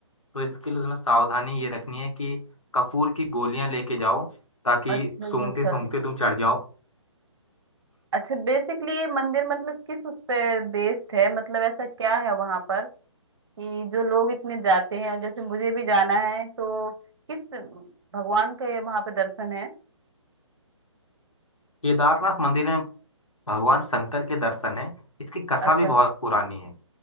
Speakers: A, on the left (about 80°); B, on the right (about 55°).
A: तो इसके लिए तुम्हें सावधानी ये रखनी है कि कपूर की गोलियां लेके जाओ ताकि
B: अच्छा अच्छा
A: सूंघते
B: अच्छा
A: सूंघते तुम चढ़ जाओ
B: अच्छा बेसिकली ये मंदिर मतलब किस उस पे बेस्ड है मतलब ऐसा क्या है वहां पर कि जो लोग इतने जाते हैं और जैसे मुझे भी जाना है तो किस भगवान के वहां पे दर्शन है
A: केदारनाथ मंदिर में भगवान शंकर के दर्शन है इसकी कथा
B: अच्छा
A: भी बहुत पुरानी है